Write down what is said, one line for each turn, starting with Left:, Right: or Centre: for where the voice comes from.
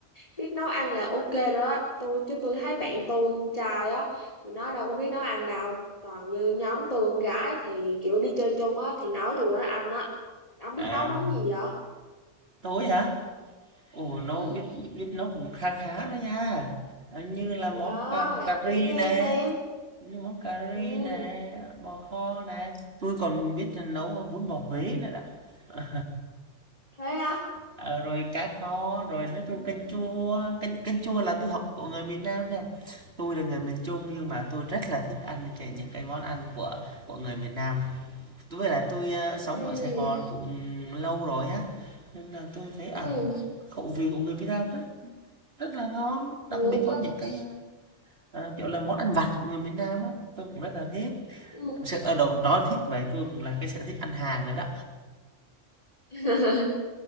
Left: biết nấu ăn là ok rồi đó. Tôi chứ tôi thấy bạn tôi con trai á, tụi nó đâu có biết nấu ăn đâu. Toàn như nhóm tôi con gái thì kiểu đi chơi chung á thì nói tụi nó ăn á. Ông
Right: à,
Left: biết nấu món gì vậy?
Right: tối hả ồ nó
Left: Ừ.
Right: biết biết nó cũng khá khá đó nha à, như là
Left: Wow,
Right: món cà, cà
Left: kể
Right: ri
Left: nghe
Right: nè
Left: xem.
Right: như món cà
Left: Ừ,
Right: ri nè bò kho nè tôi còn biết nấu bún bò Huế nữa đó <laughs>
Left: thế á.
Right: Ờ, rồi cá kho rồi nói chung canh chua canh canh chua là tôi học của người miền Nam nè tôi là người miền Trung nhưng mà tôi rất là thích ăn cái, những cái món ăn của của người miền Nam tôi với lại tôi ờ, sống
Left: Ừ.
Right: ở Sài Gòn cũng lâu rồi á nên là tôi thấy à
Left: Ừ.
Right: khẩu vị của người miền Nam rất rất là ngon
Left: Ừ.
Right: đặc biệt có những cái ờ, kiểu là món ăn vặt của người miền Nam á tôi cũng rất là thích
Left: Ừ.
Right: Thực sự, ờ, đầu nói thích vậy, tôi cũng là cái sở thích ăn hàng nữa đó.
Left: <laughs>